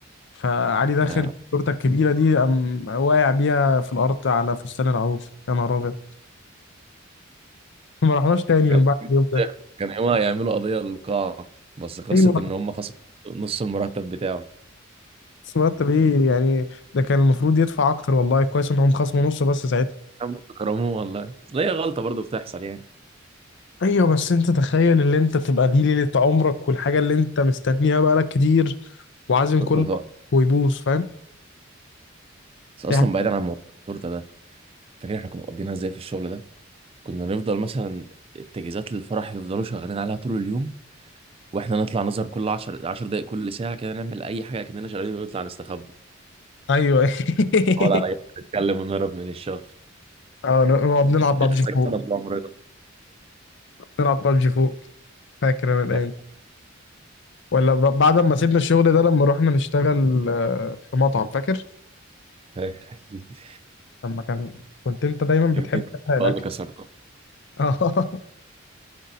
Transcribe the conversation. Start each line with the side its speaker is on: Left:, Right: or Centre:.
Left: فعلي داخل
Right: يعني
Left: التورته الكبيره دي قام واقع بيها في الارض على فستان العروس يا نهار ابيض ما رحناش تاني من
Right: كان
Left: بعد اليوم ده
Right: كان يومها يعملوا قضية للقاعة بس خلصت
Left: ايوه
Right: إن هم خسروا نص المرتب بتاعه
Left: بس مرتب ايه يعني ده كان المفروض يدفع اكتر والله كويس ان هم خصموا نص بس ساعتها
Right: عم كرموه والله أصل هي غلطة برضه بتحصل يعني
Left: ايوه بس انت تخيل اللي انت بتبقى دي ليله عمرك والحاجه اللي انت مستنيها بقالك كتير وعازم
Right: التورتة
Left: كله
Right: طبعا
Left: ويبوظ فاهم
Right: بس أصلا
Left: يعني
Right: بعيدا عن موضوع التورتة ده فاكر إحنا كنا مقضينها إزاي في الشغل ده كنا نفضل مثلا التجهيزات للفرح يفضلوا شغالين عليها طول اليوم وإحنا نطلع نظهر كل 10 10 دقايق كل ساعة كده نعمل أي حاجة كأننا شغالين ونطلع نستخبى
Left: ايوه <laughs>
Right: نقعد على جنب نتكلم ونهرب من الشغل
Left: اه نقعد نلعب بابجي
Right: دي سكتنا
Left: فوق
Right: طول عمرنا
Left: نلعب بابجي فوق فاكر انا الايام
Right: لا،
Left: دي. ولا ب- بعد ما سيبنا الشغل ده لما رحنا نشتغل آه، في مطعم فاكر
Right: فاكر أكيد
Left: لما كان كنت انت دايما
Right: <laughs> كمية
Left: بتحب
Right: الأطفال
Left: تحرق الاكل
Right: اللي كسرتهم
Left: <laughs> اه